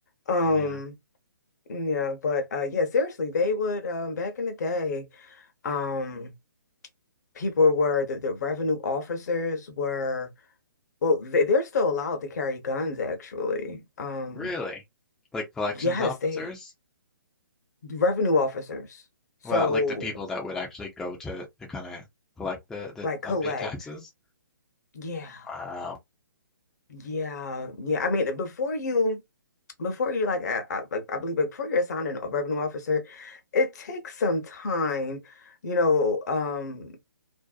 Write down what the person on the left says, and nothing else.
Um,
yeah, but uh yeah, seriously, they would um back in the day, um people were the, the revenue officers were well they, they're still allowed to carry guns actually. Um
Yes,
they revenue officers. So
like collect.
Yeah.
Yeah. Yeah. I mean, before you before you like I, I like I believe like, before you're assigned an- a revenue officer, it takes some time, you know, um